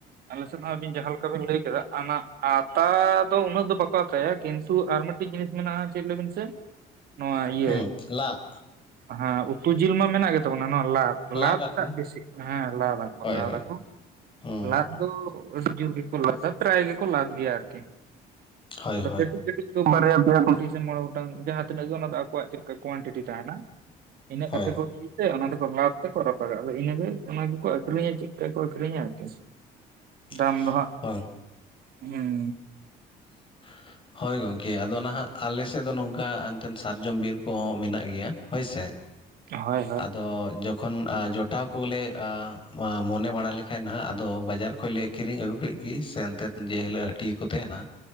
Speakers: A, on the right (about 65°); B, on the left (about 30°).
A: ᱟᱞᱮ ᱥᱮᱫ ᱦᱚᱸ ᱵᱤᱱ ᱡᱟᱦ ᱞᱮᱠᱟ ᱠᱟᱵᱤᱱ ᱞᱟᱹᱭ ᱠᱮᱫᱟ ᱚᱱᱟ ᱟᱛᱟ ᱫᱚ ᱩᱱᱟᱹᱜ ᱫᱚ ᱵᱟᱠᱚ ᱟᱛᱟᱭᱟ ᱠᱤᱱᱛᱩ ᱟᱨ ᱢᱤᱫᱴᱤᱡ ᱡᱤᱱᱤᱥ ᱢᱮᱱᱟᱜ-ᱟ ᱪᱮᱫ ᱞᱟᱹᱭ ᱵᱤᱱ ᱥᱮ
B: <unintelligible>
A: ᱱᱚᱣᱟ ᱤᱭᱟᱹ
B: ᱦᱩᱸ ᱞᱟᱜ
A: ᱚᱱᱟ ᱩᱛᱩ ᱡᱤᱞ ᱢᱟ ᱢᱮᱱᱟᱜ ᱜᱮ ᱛᱟᱵᱚᱱᱟ ᱱᱚᱣᱟ ᱞᱟᱫ, ᱞᱟᱫ
B: ᱞᱟᱜᱟᱠᱚ
A: ᱴᱟᱜ ᱵᱮᱥᱤ ᱦᱮᱸ ᱞᱟᱫᱟᱠᱚ
B: ᱦᱳᱭ
A: ᱞᱟᱫᱟᱠᱚ
B: ᱦᱳᱭ ᱦᱩᱸ
A: ᱞᱟᱫ ᱫᱚ ᱟᱹᱰᱤ ᱡᱳᱨ ᱜᱮᱠᱚ ᱞᱟᱫᱟ ᱯᱨᱟᱭ ᱜᱮᱠᱚ ᱞᱟᱫ ᱜᱮᱭᱟ ᱟᱨᱠᱤ
B: ᱦᱳᱭ
A: ᱟᱫᱚ
B: ᱦᱳᱭ
A: ᱠᱟᱹᱴᱤᱡ ᱵᱟᱨᱭᱟ ᱯᱮᱭᱟ ᱥᱮ ᱢᱚᱬᱮ ᱜᱚᱴᱟᱝ ᱡᱟᱦᱟᱸ ᱛᱤᱱᱟᱹᱜ ᱜᱮ ᱚᱱᱟ ᱫᱚ ᱟᱠᱚᱣᱟᱜ ᱪᱮᱫ ᱞᱮᱠᱟ ᱠᱚᱣᱮᱱᱴᱤᱴᱤ ᱛᱟᱦᱮᱱᱟ ᱾ ᱤᱱᱟ
B: ᱦᱳᱭ
A: ᱠᱟᱛᱮ ᱠᱚ ᱪᱮ ᱚᱱᱟ ᱫᱚᱠᱚ ᱞᱟᱫ ᱛᱮᱠᱚ ᱨᱟᱯᱟᱜᱟ ᱤᱱᱟᱹᱜᱮ ᱚᱱᱟᱠᱟ ᱜᱮᱠᱚ ᱟᱹᱷᱨᱤᱧᱟ ᱪᱮᱫ ᱠᱟ ᱠᱚ ᱟᱹᱷᱨᱤᱧᱟ ᱟᱨᱠᱤ᱾
B: <unintelligible>
A: ᱫᱟᱢ ᱫᱚ ᱦᱟᱸᱜ
B: ᱦᱳᱭ
A: ᱦᱩᱸ,
B: <unintelligible> ᱦᱚᱭ ᱜᱚᱢᱠᱮ ᱟᱫᱚ ᱱᱟᱦᱟᱜ ᱟᱞᱮ ᱥᱮᱫ ᱫᱚ ᱱᱚᱝᱠᱟ ᱮᱱᱛᱮ ᱥᱟᱨᱡᱚᱢ ᱵᱤᱨ ᱠᱚᱦᱚᱸ ᱢᱮᱱᱟᱜ ᱜᱮᱭᱟ ᱦᱚᱭ ᱥᱮ᱾
A: ᱦᱳᱭ ᱦᱳᱭ
B: ᱟᱫᱚ ᱡᱚ ᱠᱷᱚᱱ ᱡᱚᱴᱟᱣ ᱠᱚᱞᱮ ᱢᱚᱱᱮ ᱵᱟᱲᱟ ᱞᱮᱠᱷᱟᱱ ᱱᱟᱦᱟᱜ ᱟᱫᱚ ᱵᱟᱡᱟᱨ ᱠᱷᱚᱡ ᱞᱮ ᱠᱤᱨᱤᱧ ᱟᱹᱜᱩ ᱠᱮᱫ ᱜᱮ ᱥᱮ ᱮᱱᱛᱮᱫ ᱡᱮ ᱦᱤᱞᱚᱜ ᱦᱟᱹᱴᱤᱭᱟᱹᱟᱹ ᱠᱚ ᱛᱟᱦᱮᱱᱟ᱾